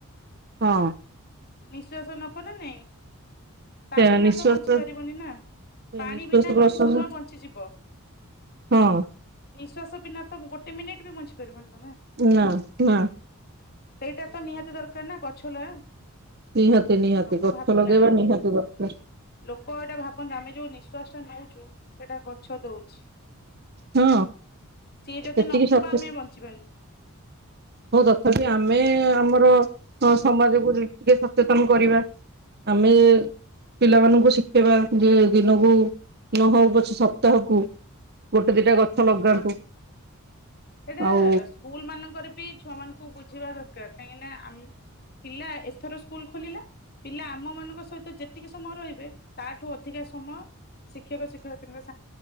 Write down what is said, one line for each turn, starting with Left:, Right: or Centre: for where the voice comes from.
Right: ହଁ।
Left: ନିଶ୍ଵାସ ନବ ନା ନାଇଁ। ତା
Right: ସେ
Left: ବିନା
Right: ନିଶ୍ଵାସ
Left: ତ ବଞ୍ଚି ପାରିବନି ନା ପାଣି
Right: ନିଶ୍ଵାସ
Left: ବିନା
Right: ପ୍ରଶ୍ଵାସ
Left: କିଛି ସମୟ ବଞ୍ଚିଯିବ
Right: ହଁ
Left: ନିଶ୍ଵାସ ବିନା ତ ଗୋଟେ ମିନିଟ୍ ବି ବଞ୍ଚିପାରିବନି। ବାବା
Right: ନା ନା
Left: ସେଇଟା ତ ନିହାତି ଦରକାର ନା ଗଛ ଲଗା।
Right: ନିହାତି ନିହାତି
Left: ଲୋକ
Right: ଗଛ
Left: ଭାବୁନାହାନ୍ତି
Right: ଲଗେଇବା ନିହାତି ଦରକାର।
Left: ଲୋକ ଏଇଟା ଭାବନି ଆମେ ଯୋଉ ନିଃଶ୍ଵାସ ଟା ନୋଉଚୁ ସେଟା ଗଛ ଦୋଉଛି।
Right: ହଁ
Left: ଯଦି
Right: ଏତିକି
Left: ନଥିବ
Right: ସଫିସେ
Left: ଆମେ ବଞ୍ଚିବାନି
Right: ହଁ ତଥାପି ଆମେ ଆମର ସମାଜକୁ ଟିକେ ସଚେତନ କରିବା ଆମେ ପିଲାମାନଙ୍କୁ ଶିଖେଇବା ଯେ ଦିନକୁ ନହୋଉ ପଛେ ସପ୍ତାହକୁ ଗୋଟେ ଦିଟା ଗଛ ଲଗାନ୍ତୁ।
Left: ଏଇଟା
Right: ଆଉ
Left: ସ୍କୁଲମାନଙ୍କରେ ବି ଛୁଆମାନ ଙ୍କୁ ବୁଝେଇବା ଦରକାର୍ କାହିଁକି ନା ଆମ ପିଲା ଏ ଏଥର ସ୍କୁଲ ଖୋଲିଲା ପିଲା ଆମମାନଙ୍କ ସହିତ ଯେତିକି ସମୟ ରହିବେ ତାଠୁ ଅଧିକା ସମୟ ଶିକ୍ଷକ ଶିକ୍ଷୟତ୍ରୀଙ୍କ ସ